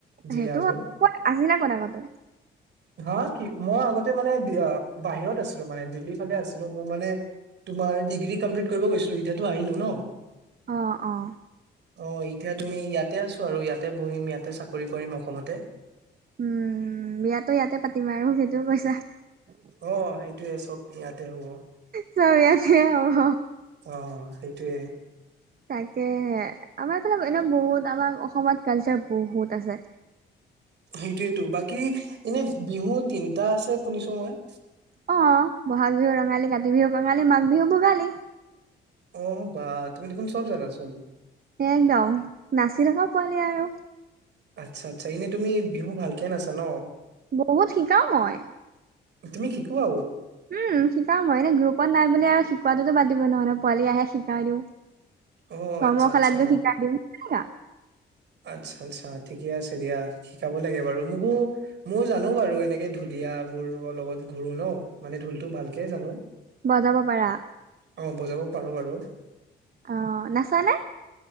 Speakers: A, on the right (about 65°); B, on the right (about 45°).
A: যিয়ে
B: সেইটোত
A: আমি
B: ক'ত আজি না কাকতে।
A: হা কি মই আগতে মানে বাহিৰত আছিলোঁ মানে দিল্লীত - ফালে আছিলোঁ মোৰ মানে তোমাৰ ডিগ্ৰী কমপ্লিট কৰিব গৈছিলো এতিয়াতো আহিলো ন।
B: অঁ অঁ।
A: অঁ এতিয়া তুমি ইয়াতে আছোঁ আৰু ইয়াতে পঢ়িম ইয়াতে চাকৰি কৰিম অসমতে-
B: উমঁ বিয়াতো ইয়াতে পাতিম আৰু সেইটো কৈছা।
A: অঁ সেইটোয়ে চব ইয়াতে হ'ব।
B: চ'ব ইয়াতেই হ'ব।
A: অঁ সেইটোৱে।
B: তাকে হে। আমাৰ ফালে এনে বহুত আমাৰ অসমত কালচাৰ বহুত আছে।
A: সেইটোয়েতটো বাকী এনে বিহু তিনটা আছে শুনিছোঁ মই-
B: অঁ বহাগ বিহু ৰঙালী কাতি বিহুক কঙালী মাঘ বিহু ভোগালী।
A: অঁ বাহ তুমি দেখোন চব জানাচোন।
B: একদম নাচি থকা পোৱালি আৰু।
A: আচ্ছা আচ্ছা এনেই তুমি বিহু ভালকে নাচা ন।
B: বহুত শিকাও মই।
A: তুমি শিকোয়াও।
B: উমঁ' শিকাও মই এনেই গ্ৰুপত নাই বুলি আৰু শিকোৱাতটোতো বাদ দিব নোৱাৰি নহয় পোৱালি আহে শিকাই দিওঁ।
A: অ'
B: কমখালাত
A: আচ্ছা আচ্ছা।
B: গৈ শিকাই দিওঁ তেনেকা।
A: আচ্ছা আচ্ছা ঠিকে আছে দিয়া শিকাব লাগে বাৰু মোকো- মও জানোঁ বাৰু এনেকে ঢুলীয় বোৰ লগত ঘূৰো ন। মানে ঢোলটো ভালকে জানোঁ।
B: বজাব পাৰা?
A: অঁ বজাব পাৰোঁ বাৰু।
B: অঁ নাচানে?